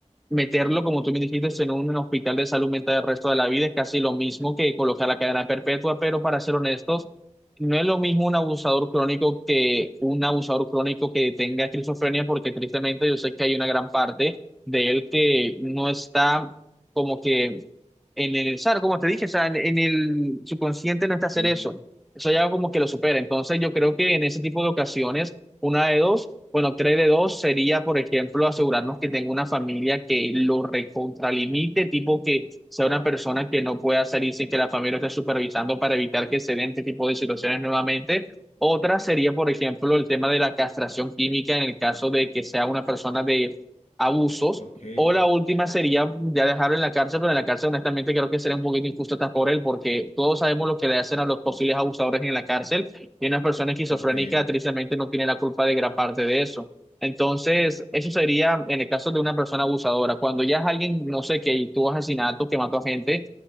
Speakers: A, in the centre; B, on the left (about 65°).
A: meterlo, como tú me dijiste, en un hospital de salud mental el resto de la vida, es casi lo mismo que colocar la cadena perpetua, pero para ser honestos, no es lo mismo un abusador crónico que un abusador crónico que tenga esquizofrenia, porque tristemente yo sé que hay una gran parte de él que no está como que en el, ¿sabes? Como te dije, o sea, en, en el subconsciente no está hacer
B: ok,
A: eso. Eso ya como que lo supera. Entonces, yo creo que en ese tipo de ocasiones, una de dos, bueno, tres de dos sería, por ejemplo, asegurarnos que tenga una familia que lo recontralimite, tipo que sea una persona que no pueda salir sin que la familia lo esté supervisando para evitar que se den este tipo de situaciones nuevamente. Otra sería, por ejemplo, el tema de la castración química en el caso de que sea una persona de abusos
B: ok, ok,
A: o la última sería ya dejarlo en la cárcel, pero en la cárcel honestamente creo que sería un poquito injusto hasta por él, porque todos sabemos lo que le hacen a los posibles abusadores en la cárcel y una persona esquizofrénica
B: ok,
A: tristemente no tiene la culpa de gran parte de eso. Entonces, eso sería en el caso de una persona abusadora. Cuando ya es alguien, no sé, que tuvo asesinato, que mató a gente,